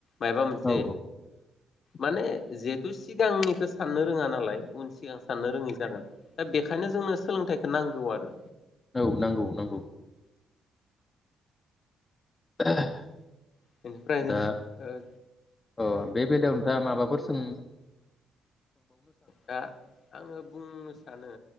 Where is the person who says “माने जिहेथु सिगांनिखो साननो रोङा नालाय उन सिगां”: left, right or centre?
Left